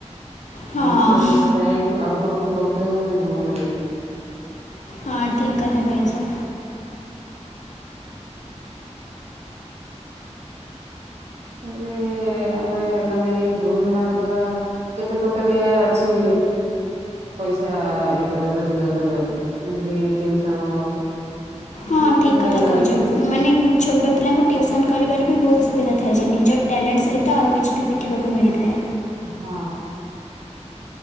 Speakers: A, on the left; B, on the right.
A: ହଁ
B: ସମସ୍ତଙ୍କର ଇଚ୍ଛା ଥାଏ କି ଅଳ୍ପ ହଉକି ବହୁତ ହୋଉ ଇନକମ କରିବାକୁ।
A: ହଁ ଠିକ୍ କଥା କହିଛ।
B: ତାପରେ ଆମେ ମାନେ ଏଇ ଗୃହିଣୀ ମାନଙ୍କର କେତେ ପ୍ରକାରିଆ ଅଛି ପଇସା ଇ କରିବା ରୋଜଗାର କରିବାକୁ ଯେମିତି ଟିଉସନ ହଉ
A: ହଁ
B: କି
A: ଠିକ୍ କଥା
B: ଟେଲରିଂ
A: କହିଛ। ମାନେ ଛୋଟ ପିଲାଙ୍କୁ ଟିଉସନ କରିପାରିବ। ବି ବହୁତ ସୁବିଧା ଥାଏ ଯେ ନିଜ ଟ୍ୟାଲେଣ୍ଟ ସହିତ ଆଉ କିଛି ବି ଶିଖିବାକୁ ମିଳିଥାଏ।
B: ହଁ।